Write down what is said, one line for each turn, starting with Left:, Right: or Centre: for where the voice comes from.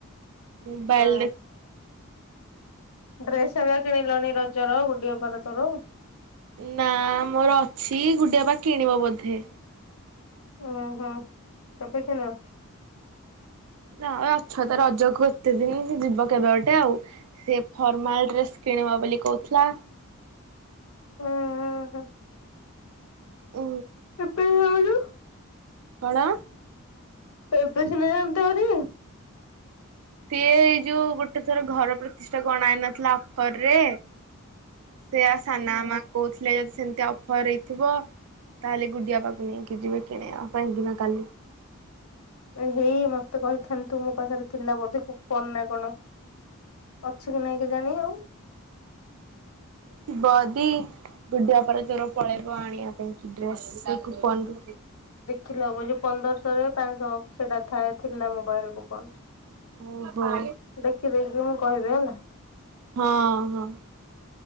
Right: ମୋବାଇଲ୍
Left: ଉଁ
Right: ଦେ
Left: ଡ୍ରେସ୍ ହରିକା କିଣିଲନି ରଜର ଗୁଡି ଅପାର ତୋର?
Right: ନା ମୋର ଅଛି ଗୁଡି ଅପା କିଣିବ ବୋଧେ।
Left: ଉଁ ହୁଁ କେବେ ଖେଳ?
Right: ଁ ଅଛତ ରଜକୁ ଏତେ ଦିନ୍ ଯିବ କେବେ ଗୋଟେ ଆଉ। ସେ ଫର୍ମାଲ ଡ୍ରେସ୍ କିଣିବ ବୋଲି କହୁଥିଲା।
Left: ହୁଁ ହୁଁ ହୁଁ।
Right: ଉ
Left: କେତେଳେ ଯାଉଚୁ?
Right: କଣ?
Left: ଏବେ ସିନା ଜାଆନ୍ତୁ ହାରି?
Right: ସିଏ ଏଇ ଯୋଉ ଗୋଟେ ଥର ଘର ପ୍ରତିଷ୍ଠା ଅଣାଇନଥିଲା ଅଫରରେ ସେଇଆ ସାନା ମା କହୁଥି ଏଟା ଯଦି ସେମିତି ଅଫର ହେଇଥିବ ତାହେଲେ ଗୁଡିଆ ପାଖକୁ ନେଇକି ଯିବେ କିଣେଇିବା ପାଇଁକିନା କାଲି।
Left: ଏହେ ମତେ କହିଥାନ୍ତୁ ମୋ ପାଖରେ ଥିଲା ବୋଧେ କୁପନନା କଣ? ଅଛିକି ନାଇଁ କେଜାଣି ଆଉ।
Right: ିବଦି ବୁଡୀବା ପରେ ତୋର ପଳେଇବ ଆଣିବା ପାଇଁ। ଡ୍ରେସ୍ ସେଇ କୂପନରୁ
Left: ଥିଲା ଅବଯଉ ପନ୍ଦରଶହରେ ପାଞ୍ଚଶହ ସେଟା ଥାଏ ଥିଲା ମୋବାଇଲ୍ କୁ କୁପନ୍।
Right: ଓହୋ
Left: ଦେଖି ଦେଖି ବମୁଁ କହିବି ହେଲା
Right: ହଁ ହଁ।